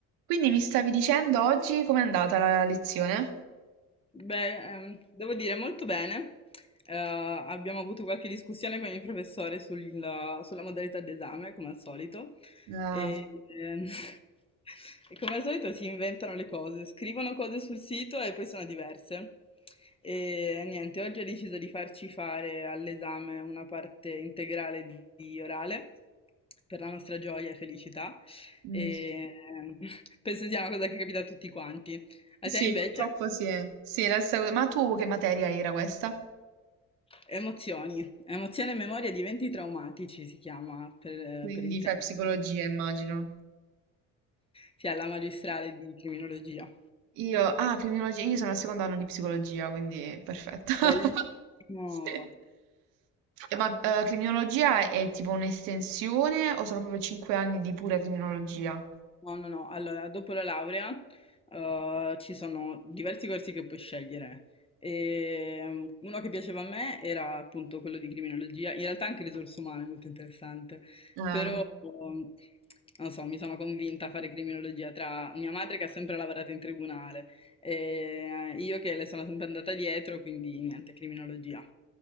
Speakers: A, on the right; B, on the left.
A: Quindi mi stavi dicendo oggi com'è andata la lezione?
B: Beh, ehm, devo dire molto bene. Eh, abbiamo avuto qualche discussione con il professore sul- sulla modalità d'esame, come al solito.
A: Ah,
B: E, ehm, <laughs> e come al solito si inventano le cose, scrivono cose sul sito e poi sono diverse. E niente, oggi ha deciso di farci fare all'esame una parte integrale di, di orale, per la nostra gioia e felicità.
A: mm.
B: E ehm, <laughs> penso sia una cosa che capita a tutti quanti. A
A: Sì,
B: te invece?
A: purtroppo sì. eh. Sì, la stessa cosa. Ma tu che materia era questa?
B: Emozioni, emozione e memoria di eventi traumatici si chiama per,
A: Quindi
B: per intero.
A: fai psicologia, immagino.
B: Sì, alla magistrale di criminologia.
A: Io, ah, criminologia, io sono al secondo anno di psicologia, quindi perfetto. <laughs>
B: Bellissimo.
A: Sì. E Ma eh, criminologia è tipo un'estensione o sono proprio cinque anni di pura criminologia?
B: No, no, no. Allora, dopo la laurea, eh, ci sono diversi corsi che puoi scegliere. E, mm, uno che piaceva a me era appunto quello di criminologia, in realtà anche risorse umane, molto interessante,
A: Ah,
B: però mm, non so, mi sono convinta a fare criminologia tra mia madre che ha sempre lavorato in tribunale e io che le sono sempre andata dietro, quindi niente, criminologia.